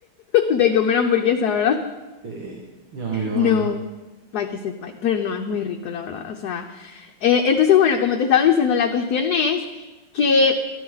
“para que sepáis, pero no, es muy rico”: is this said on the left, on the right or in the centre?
Left